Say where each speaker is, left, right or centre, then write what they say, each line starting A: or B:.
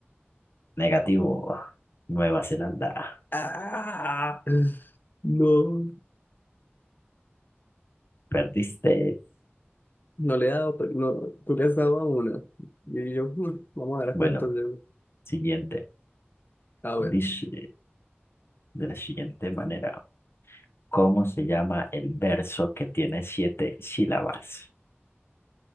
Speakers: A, on the left; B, on the left.
A: Negativo, Nueva Zelanda.
B: Ah, no.
A: Perdiste.
B: No le he dado, pero no, tú le has dado a una. Y yo, "Mm, vamos a dar
A: Bueno,
B: cuántas de
A: siguiente.
B: A ver,
A: Dice de la siguiente manera. ¿Cómo se llama el verso que tiene siete sílabas?